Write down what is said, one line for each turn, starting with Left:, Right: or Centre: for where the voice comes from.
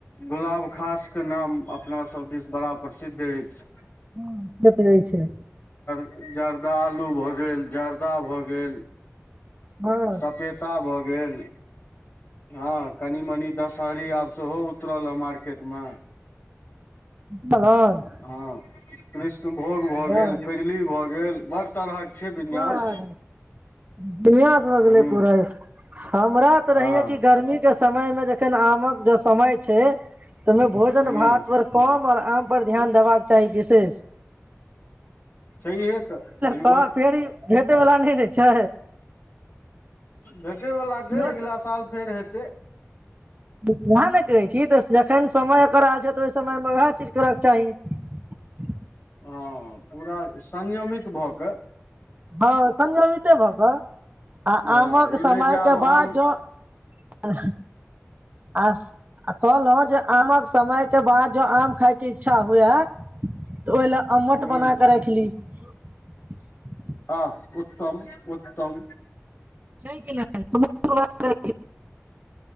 Left: गुलाबखास के नाम अपना सब दिस बड़ा प्रसिद्ध एछ।
Right: हाँ जत रहै छै।
Left: जरदालु भऽ गेल, जर्दा भऽ गेल।
Right: हँ
Left: सपेता भऽ गेल। हाँ कनि-मनि दशहरी आब सोहो उतरल ए मार्केट मे।
Right: बुझलहन
Left: हाँ कृष्णभोग भ
Right: बड़
Left: गेल, फेजली भ गेल। बड़ तरहक छै विन्यास
Right: बड़ विन्यास भ गेलै
Left: हूँ
Right: पूरा ए, हमरा तऽ
Left: हँ
Right: रहिये कि गर्मी के समय मे जखन आमक ज समय छै। ते मे भोजन-भात
Left: हूँ
Right: पर कम और आम पर ध्यान देबाक चाही विशेष।
Left: सहीये ते जी
Right: त फेर ई भेटे वला उहे नै छै।
Left: भे टे वला
Right: इहो
Left: छै, एगला साल फेर हे ते
Right: उहाए ने कहै छी तऽ जखन समय एकर आएल छै ते ओय समय मे उहाए चीज करय के चाही।
Left: हाँ पूरा संयमित भऽ के
Right: हाँ संयमिते भ ब आ
Left: हँ
Right: आमक
Left: ई
Right: समय
Left: नहि जे आब
Right: के
Left: आम
Right: बाद जौ आर आ आ कहलौ जे आमक समय के बाद जो आम खाय के इच्छा हुआए। त ओय ले अम्मट
Left: हूँ
Right: बना के राएखली। <unintelligible>
Left: आ उत्तम-उत्तम।
Right: छै कैला <unintelligible>